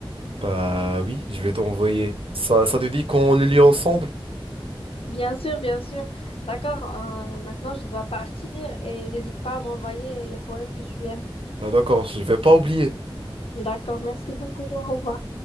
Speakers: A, on the right (about 70°); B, on the left (about 80°).
A: Bah oui, je vais t'envoyer. Ça, ça te dit qu'on le lit ensemble?
B: Bien sûr, bien sûr. D'accord, euh, maintenant je dois partir et n'hésite pas à m'envoyer les poèmes que tu aimes.
A: Bah d'accord, je vais pas oublier.
B: D'accord, merci beaucoup, au revoir.